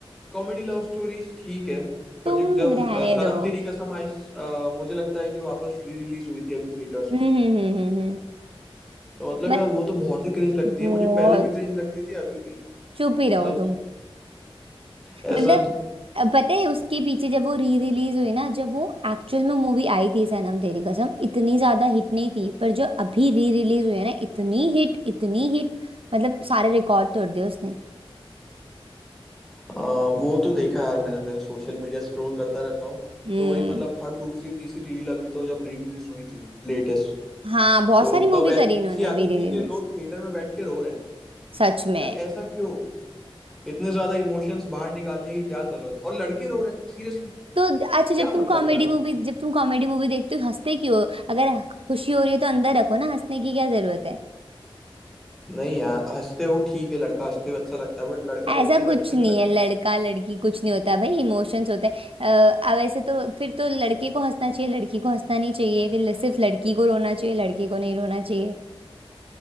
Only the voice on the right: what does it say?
तुम
रहने
दो
हम्म
हम्म हम्म हम्म हम्म।
मत
बहुत
चुप ही
रहो तुम
मतलब अ, पता है उसके पीछे जब वो री रिलीज हुई ना जब वो एक्चुअल में मूवी आई थी सनम तेरी कसम इतनी ज्यादा हिट नहीं थी पर जो अभी री रिलीज हुई है ना इतनी हिट इतनी हिट मतलब सारे रिकॉर्ड तोड़ दिए उसने
हम्म
हाँ बहुत
सारी मूवी
करी इन्होंने अभी
री
रिलीज
सच में
तो अच्छा जब
तुम
कॉमेडी
मूवी जब तुम कॉमेडी मूवी देखते हो हंसते क्यों हो? अगर खुशी हो रही है तो अंदर रखो ना हंसने की क्या जरूरत है
ऐसा
कुछ
नहीं
है लड़का लड़की कुछ नहीं होता भाई इमोशंस होते हैं अ, अब ऐसे तो फिर तो लड़के को हंसना चाहिए लड़की को हंसना नहीं चाहिए फिर सिर्फ लड़की को रोना चाहिए लड़के को नहीं रोना चाहिए